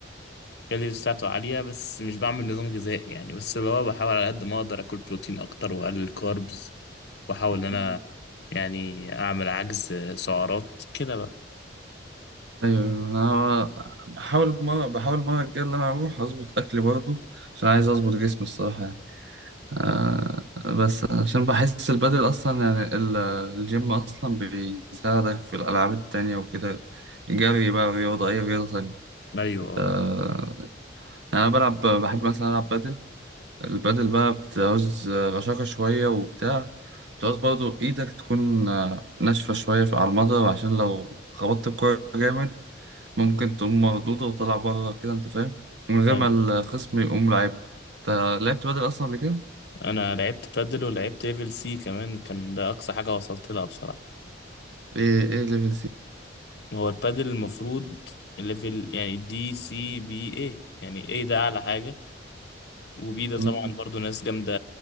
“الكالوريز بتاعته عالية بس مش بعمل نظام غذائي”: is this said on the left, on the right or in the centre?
Left